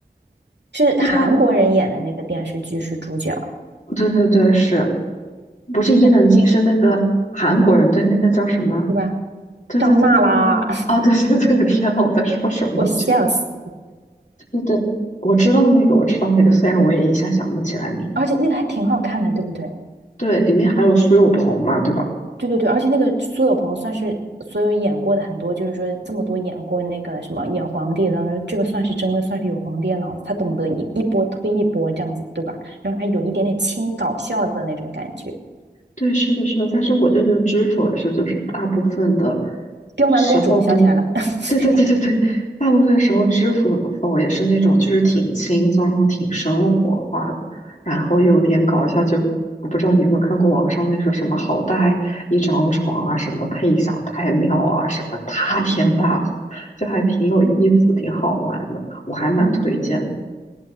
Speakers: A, on the right; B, on the left.
A: 是韩国人演的那个电视剧是主角，
B: 对啊，对对对，是不是伊能静是那个韩国人？
A: 在哪？
B: 对，那个叫什么？
A: 对吧？
B: 对对对对对，
A: 张娜拉，
B: 哦，对对对，天呐，我在说什么？
A: <laughs> 我笑死。
B: 就对对对，我知道那个，我知道那个，虽然我也一下想不起来名。
A: 而且那个还挺好看的，对不对？
B: 对，里面还有苏有朋嘛，对吧？
A: 对对对，而且那个苏有朋算是所有演过的很多，就是说这么多演过那个什么演皇帝的当中这个算是真的算是有皇帝的脑子，他懂得一一波推一波这样子，对吧？然后还有一点点轻搞笑的那种感觉。
B: 对，是的，是的，但是我就觉得知否是就是大部分的
A: 刁蛮公主想起来了，
B: 时候都，
A: <laughs>
B: 对对对对对，大部分时候知否否也是那种就是挺轻松，然后挺生活化的，然后又有点搞笑。就我不知道你有没有看过网上那说什么好大一张床啊，什么配享太庙啊，什么塌天大祸就还挺有意思，挺好玩的，我还蛮推荐的。
A: 嗯，